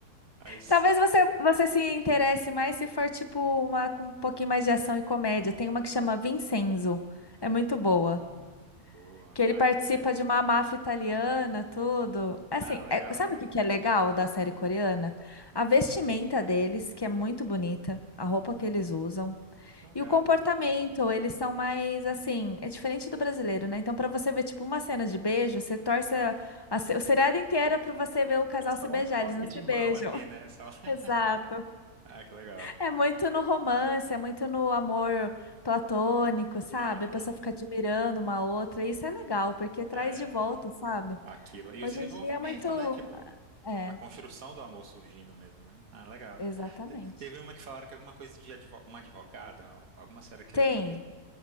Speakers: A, on the right; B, on the left.
A: Aí você...
B: Talvez você, você se interesse mais se for tipo uma com um pouquinho mais de ação e comédia. Tem uma que chama Vincenzo. É muito
A: Hum,
B: boa.
A: boa.
B: Que ele
A: Ai,
B: participa
A: vou ver.
B: de uma máfia italiana, tudo. Assim,
A: Ah, legal.
B: é- sabe o que que é legal da série coreana?
A: Hum.
B: A vestimenta deles, que é muito bonita, a roupa que
A: Ah,
B: eles usam,
A: que legal.
B: e o comportamento, eles são mais assim, é diferente do brasileiro, né? Então, pra você ver tipo uma cena de beijo, você torce a, a, se- o seriado inteiro é pra você ver o casal
A: É
B: se
A: só
B: beijar,
A: um toque
B: eles não se
A: de mão,
B: beijam.
A: assim, né? Só...
B: <laughs>
A: <laughs>
B: Exato.
A: Ah, que legal.
B: É muito no romance, é muito no amor platônico, sabe?
A: Aham.
B: A pessoa fica admirando uma outra, e isso é legal, porque traz
A: É.
B: de volta, sabe?
A: Aquilo. E o
B: Hoje
A: desenvolvimento,
B: em dia é muito.
A: né? Tipo.
B: É,
A: A construção do amor surgindo mesmo, né? Ah, legal.
B: exatamente.
A: Te- teve uma que falaram que alguma coisa de advo- uma advogada, alguma série que
B: Tem.
A: é uma, de-